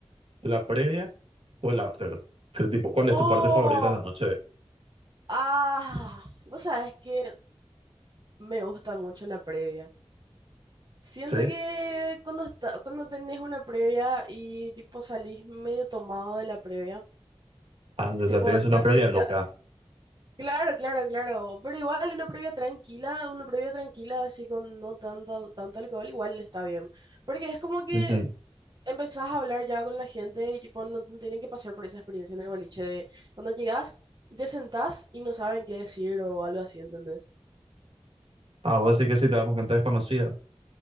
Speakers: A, on the right; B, on the right.
A: la previa o el after? Que, tipo, ¿cuál es tu
B: ¡Oh!
A: parte favorita en la noche?
B: ¡Ah! Vos sabés que me gusta mucho la previa. Siento
A: Sí.
B: que cuando está, cuando tenés una previa y tipo salís medio tomado de la previa,
A: Ah, o
B: tipo
A: sea, tienes una
B: ya
A: previa
B: sé,
A: loca.
B: ya, claro, claro, claro, pero igual una previa tranquila, una previa tranquila así con no tanto, tanto alcohol, igual está bien, porque es como que
A: Ujú.
B: empezás a hablar ya con la gente y tipo no, no tienen que pasar por esa experiencia en el boliche de cuando llegás y te sentás y no saben qué decir o algo así, ¿entendés?
A: Ah, vos sí que sí te vas con gente desconocida.